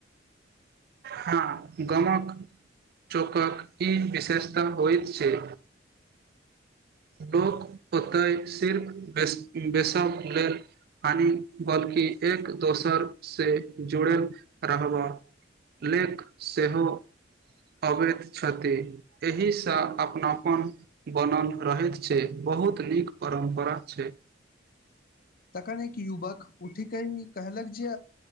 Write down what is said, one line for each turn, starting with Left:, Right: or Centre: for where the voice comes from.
Right: हँ गमक चौकक ई विशेषता होइत छैय। लोक ओतहि सिर्फ बेस बेसक लेल हानि बल्कि एक दोसरसँ जुड़ल रहबह लेक सेहो अबैत छथि एहिसँ अपनापन बनल रहैत छैय बहुत नीक परम्परा छैय।
Left: अखन एक युवक उठ के कहलक जे